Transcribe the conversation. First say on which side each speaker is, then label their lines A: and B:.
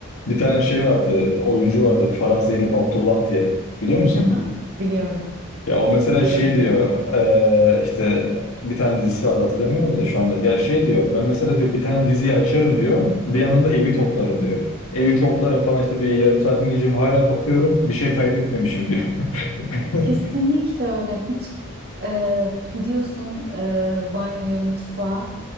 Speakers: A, on the left; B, on the right.
A: bir tane şey vardı, oyuncu vardı Farah Zeynep Abdullah diye. Biliyor musun?
B: Hı hı. Biliyorum.
A: Ya o mesela
B: Biliyorum
A: şey
B: biliyorum.
A: diyor eee, işte bir tane dizisi vardı hatırlamıyorum da şu anda. Ya şey diyor ben mesela diyor bir tane diziyi açarım diyor. Bir yandan da evi toplarım diyor. Evi toplarım falan işte bir yarım saatim geçirim hala bakıyorum bir şey kaybetmemişim diyor. <laughs>
B: Kesinlikle öyle. Hiç e, gidiyorsun e, banyoya, mutfağa.